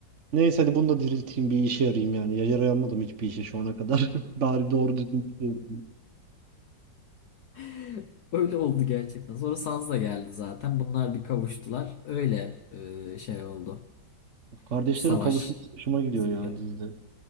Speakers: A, on the right; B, on the left.
A: Neyse hadi bunu da dirilteyim bir işe yarayayım yani. Ya yarayamadım hiçbir işe şu ana kadar. <laughs> Bari doğru düzgün bir şey yapayım.
B: <laughs> Öyle oldu gerçekten. Sonra Sansa geldi zaten. Bunlar bir kavuştular. Öyle e, şey oldu.
A: Kardeşlerin
B: Savaş
A: kavuşması hoşuma gidiyor
B: ismi
A: ya
B: geldi.
A: dizide.